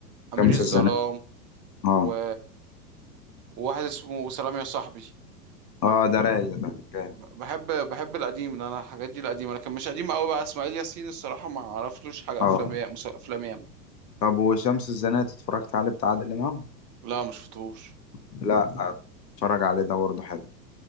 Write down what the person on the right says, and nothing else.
امير
الظلام
و... وواحد اسمه سلام يا صاحبي
ب- بحب بحب القديم لأن انا الحاجات دي القديمه لكن مش قديم قوي بقى اسماعيل ياسين الصراحه ما عرفتلوش حاجه
افلام يا- مس- افلام ياما
لا ما شفتهوش